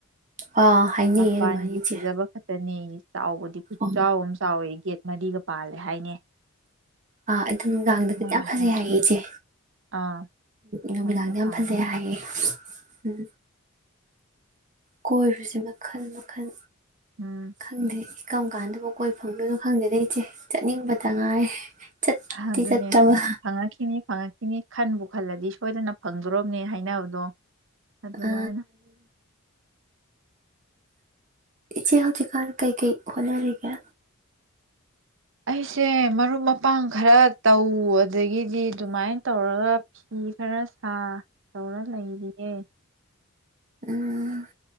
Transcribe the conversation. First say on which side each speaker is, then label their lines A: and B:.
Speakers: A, on the right (about 35°); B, on the right (about 55°).
A: ꯑꯥ ꯍꯥꯏꯅꯩꯌꯦ
B: ꯃꯄꯥꯟꯒꯤ
A: ꯑꯗꯨꯃꯥꯏꯅ ꯏꯆꯦ
B: ꯐꯖꯕ ꯈꯛꯇꯅꯦꯌꯦ ꯆꯥꯎꯕꯗꯤ ꯈꯨꯠ
A: ꯑꯣ
B: ꯆꯥꯎ ꯑꯃ ꯆꯥꯎꯋꯦ ꯒꯦꯠ ꯃꯔꯤꯒ ꯄꯥꯜꯂꯦ ꯍꯥꯏꯅꯦ
A: ꯑ ꯑꯩꯗꯣ ꯅꯨꯅꯨꯡꯗꯥꯡꯗꯒꯗꯤ
B: ꯃꯣꯏ
A: ꯌꯥꯝ
B: ꯍꯥꯏꯕ
A: ꯐꯖꯩ ꯍꯥꯏꯌꯦ
B: ꯆꯠꯂꯤ
A: ꯏꯆꯦ
B: ꯑꯥ
A: ꯅꯨꯃꯤꯗꯥꯡꯗ
B: ꯃꯩꯒ
A: ꯌꯥꯝ
B: ꯊꯥꯜꯂꯒ
A: ꯐꯖꯩ ꯍꯥꯏꯌꯦ ꯎꯝ ꯀꯣꯏꯔꯨꯁꯦ ꯃꯈꯜ ꯃꯈꯜ
B: ꯎꯝ
A: ꯈꯪꯗꯦ ꯀꯔꯝ ꯀꯥꯟꯗꯕꯨ ꯀꯣꯏ ꯐꯝꯗꯣꯏꯅꯣ ꯈꯪꯖꯗꯦ ꯏꯆꯦ ꯆꯠꯅꯤꯡꯕ ꯇ ꯉꯥꯏꯔꯦ ꯆꯠꯇꯤ
B: ꯑꯗꯨꯅꯦ
A: ꯆꯠꯇꯕ
B: ꯐꯪꯉꯛꯈꯤꯅꯤ ꯐꯪꯉꯛꯈꯤꯅꯤ ꯈꯟꯕꯨ ꯈꯜꯂꯗꯤ ꯁꯣꯏꯗꯅ ꯐꯪꯗꯣꯔꯣꯝꯅꯦ ꯍꯥꯏꯅꯕꯗꯣ ꯑꯗꯨꯃꯥꯏꯅ
A: ꯑ ꯏꯆꯦ ꯍꯧꯖꯤꯛ ꯀꯥꯟ ꯀꯩ ꯀꯩ ꯍꯣꯠꯅꯔꯤꯒꯦ
B: ꯑꯩꯁꯦ ꯃꯔꯨꯞ ꯃꯄꯥꯡ ꯈꯔ ꯇꯧ ꯑꯗꯒꯤꯗꯤ ꯑꯗꯨꯃꯥꯏꯅ ꯇꯧꯔꯒ ꯐꯤ ꯈꯔ ꯁꯥ ꯇꯧꯔ ꯂꯩꯔꯤꯌꯦ
A: ꯎꯝ